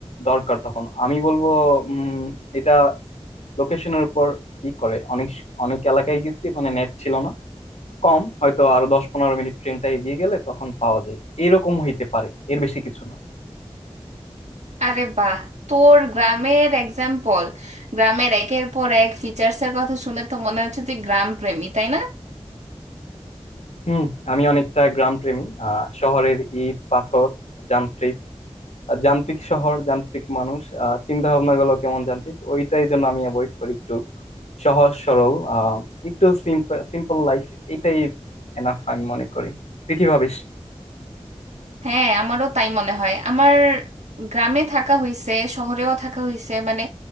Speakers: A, on the left; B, on the right.
A: দরকার তখন আমি বলবো উম এটা লোকেশনের উপর ই করে অনেক অনেক এলাকায় গেছি ওখানে নেট ছিল না কম হয়তো আরো দশ পনেরো মিনিট ট্রেনটা এগিয়ে গেলে তখন পাওয়া যায় এরকম হইতে পারে এর বেশি কিছু না
B: আরে বাহ তোর গ্রামের এক্সাম্পল গ্রামের একের পর এক ফিচার্স এর কথা শুনে তো মনে হচ্ছে তুই গ্রাম প্রেমী তাই না
A: হুম আমি অনেকটা গ্রাম প্রেমী আহ শহরের ইট পাথর যান্ত্রিক আহ, যান্ত্রিক শহর যান্ত্রিক মানুষ আহ, চিন্তা ভাবনা গুলো কেমন যান্ত্রিক ওইটাই জন্য আমি অ্যাভয়েড করি একটু সহজ সরল আহ, একটু সিম্পল সিম্পল লাইফ এটাই এনাফ আমি মনে করি তুই কি ভাবিস
B: হ্যাঁ আমারও তাই মনে হয় আমার গ্রামে থাকা হইছে শহরেও থাকা হইছে মানে